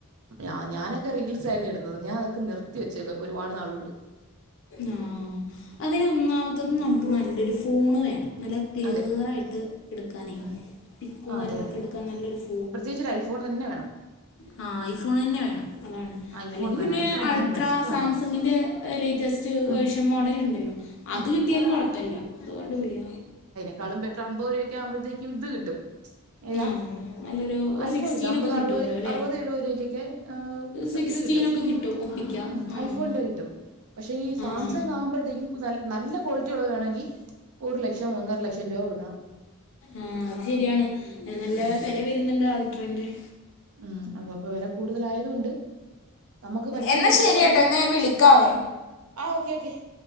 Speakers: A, on the right; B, on the left.
A: ആ ഞാനൊക്കെ റീൽസ് ആയിരുന്നു ഇടുന്നത് ഞാൻതൊക്കെ നിർത്തി വെച്ചേക്ക ഇപ്പൊ ഒരുപാട്നാളുണ്ട്
B: ആ അതിന് ഒന്നാമത്തത് നമുക്ക് നല്ലൊരു ഫോണ് വേണം നല്ല ക്ലീർ
A: അതെ
B: ആയിട്ട് എടുക്കാനേ
A: ഉം
B: പിക്കും
A: ആ
B: കാര്യങ്ങളൊക്കെ
A: അതെ അതെ
B: എടുക്കാൻ നല്ലൊരു ഫോ
A: പ്രത്യേകിച്ച് ഒരു ഐഫോൺ തന്നെ വേണം
B: ആ ഐഫോൺ തന്നെ വേണം അതാണ്
A: ഐഫോൺ
B: അല്ലെങ്കിൽ
A: വേണം
B: പിന്നെ
A: ഐഫോണാണ്
B: അൾട്രാ
A: മസ്റ്റാണ്
B: സാംസങിന്റെ ലേറ്റസ്റ്റ് വേർഷൻ
A: ഉം
B: മോഡലുണ്ടല്ലോ അത്
A: ഉം
B: കിട്ടിയാലും കൊഴപ്പല്ല അതുകൊണ്ട് വിളിയ
A: ക്കാളും ബെറ്റർ അമ്പൊരൂപക്കാവുമ്പഴത്തേക്കും ഇത് കിട്ടും ഏതാ
B: ആഹ് നല്ലൊരു
A: ഐ
B: സിക്സ്റ്റീനൊക്കെ
A: ഫോണിട്ടും അമ്പത്,
B: കിട്ടുവല്ലോ
A: അറുപത്,
B: അല്ലേ
A: അറുപത്, എഴുവരുവകൊക്കെ, ആഹാ
B: സിക്സ്റ്റീനൊക്കെ
A: ഇത് കിട്ടും.
B: ഒപ്പിക്ക
A: ഉം
B: ആഹ്
A: ഐഫോണിന്റെ കിട്ടും പക്ഷെ- ഈ
B: ആഹ്
A: സാംസങ് ആവുമ്പഴ്ത്തേക്കും- <inaudible> നല്ല ക്വാളിറ്റി ഉള്ളത് വേണെങ്കിൽ ഒരു ലക്ഷം, ഒന്നര- ലക്ഷംരൂപ കൊടുക്കണം.
B: ആഹാ അത് ശരിയാണ് ആഹാ നല്ല
A: ഉം
B: വില വരുന്നുണ്ട് അൾട്രാന്റെ.
A: ഉം അത അപ്പോ വില കൂടുതലായതുകൊണ്ട്- നമുക്ക് പറ്റുന്നത്
B: എന്നാ
A: ഇപ്പോ
B: ശരി
A: പറ്റുന്ന,
B: കേട്ടോ എന്നാ ഞാൻ വിളിക്കാവേ
A: ആഹാ ഓക്കെ.. ഓക്കെ... !